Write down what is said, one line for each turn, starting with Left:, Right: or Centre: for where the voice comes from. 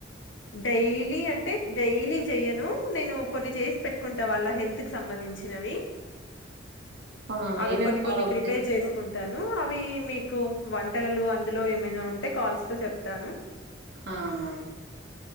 Left: డైలీ అంటే డైలీ చెయను నేను కొన్ని చేసి పెట్టుకుంటా వాళ్ళ హెల్త్ కి సంబంధించినవి వి
Right: అవునవును
Left: అవి
Right: ఏమేమి
Left: కొన్ని
Right: ఫాలో
Left: కొన్ని
Right: అప్
Left: ప్రిపేర్
Right: చేస్తారు
Left: చేసుకుంటాను అవి అవి మీకు వంటకాలు అందులో ఏమైనా ఉంటే కాల్స్ లో చెప్తాను
Right: ఆహా